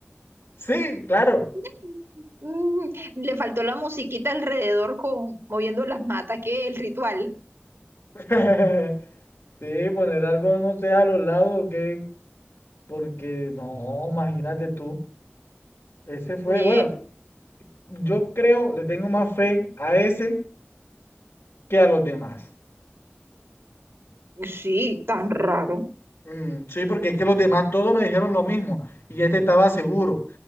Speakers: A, on the left (about 90°); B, on the right (about 75°).
A: Sí, claro.
B: <laughs> Mm, Le faltó la musiquita alrededor con moviendo las matas, que el ritual.
A: <laughs> Sí, poner algo, no sé, a los lados, que, porque no, imagínate tú. Ese fue,
B: Nie-
A: bueno, yo creo, le tengo más fe a ese que a los demás.
B: Sí, tan raro.
A: Mm, sí, porque es que los demás todos me dijeron lo mismo y este estaba seguro.